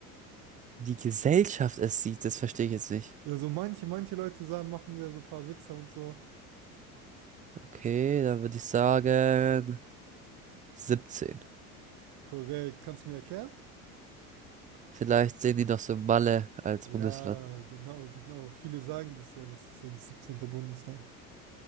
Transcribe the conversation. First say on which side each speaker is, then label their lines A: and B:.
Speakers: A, on the right; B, on the right.
A: Die Gesellschaft es sieht, das verstehe ich jetzt nicht.
B: Also manche, manche Leute sagen, machen ja so ein paar Witze und so.
A: Okay, dann würde ich sagen 17.
B: Korrekt, kannst du mir erklären?
A: Vielleicht sehen die noch so Malle als
B: Ja,
A: Bundesland.
B: genau, genau. Viele sagen das ja, das ist so das 17. Bundesland.